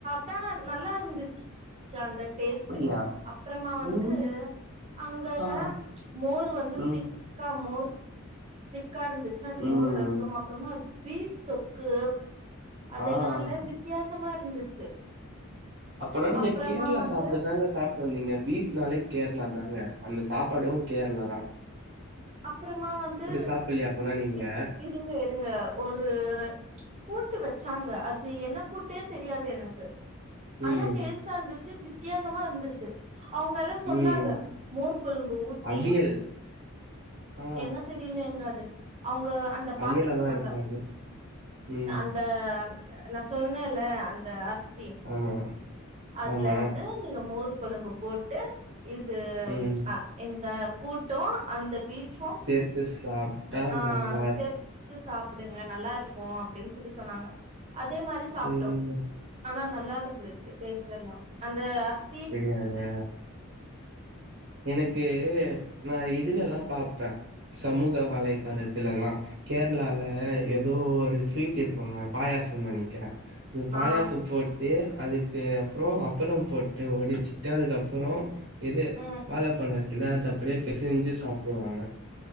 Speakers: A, on the right; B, on the right.
A: டன நல்லா இருந்துச்சு ச அந்த டேஸ்ட்டு
B: அப்படியா?
A: அப்புறமா வந்து
B: ம்
A: அங்கல
B: ஆ
A: மோர் வந்து
B: ம்
A: திக் க்கா மோர் திக்கா இருந்துச்சு அது மோர்
B: ம்
A: ரசம் அப்றமா பீஃப் தொக்கு அதெல்லா
B: ஆ
A: இல்ல வித்தியாசமா இருந்துச்சு
B: அப்பனா நீங்க
A: அப்றமா
B: கேரளா
A: வந்து
B: சாப்படுதாங்க சாப் வந்தீங்க பீஃப்னாலே கேரளா தாங்க அந்த சாப்பாடு கேரளா தா
A: அப்றமா வந்து
B: சாப்பிடலையா அப்பனா நீங்க?
A: இ இருங்க இருங்க ஒரு ர கூட்டு வச்சாங்க அது என்ன கூட்டே தெரியாது எனக்கு ஆனா
B: ம்,
A: டேஸ்ட்டா இருந்துச்சு வித்தியாசமா இருந்துச்சு அவங்கல சொன்னாங்க
B: ம்.
A: மோர் கொழும்பு ஊத்தி
B: அவியல். ஆ
A: என்ன தெரியலங்க அது அவங்க அந்த பாட்டி
B: அவியலா
A: சொன்னாங்க
B: தான் இருக்கும் அது. ம்.
A: அந் த நா சொண்ணேல அந்த அரிசி
B: ஆமா,
A: அதுல
B: ஆமா.
A: வந் து நீங்க மோர் கொழும்பு போட்டு இது
B: ம்.
A: அ இந்த கூட்டோ அந்த பீஃபு
B: சேர்த்து சாப்ட்டா
A: அ
B: நல்லா இரு
A: சேத் ச்சு சாப்புடுங்க நல்லா இருக்கு அப்டின்னு சொல்லி சொன்னாங்க அதே மாரி சாப்ட்டோ
B: சரிங்க.
A: ஆனா நல்லா இருந்துச்சு டேஸ்ட் எல்லா அந்த அரிச்
B: தெரியாதே எனக்கு நா இதுல எல்லா பாப்பே சமூக வலைத்தளத்துலல்லா கேரளால ஏதோ ஒரு ஸ்வீட் இருக்கோங்க பாயாசம் நனைக்கிறே இந்த பாயாசோ
A: ஆ
B: போட்டு அதுக்கு அப்புறோ அப்பளோ போட்டு ஒடிச்சுட்டு அதுக்கப்புறோ இது
A: ம்
B: வாழப்பழோ இருக்குல அத அப்டியே பெசஞ்சு சாப்டுவாங்க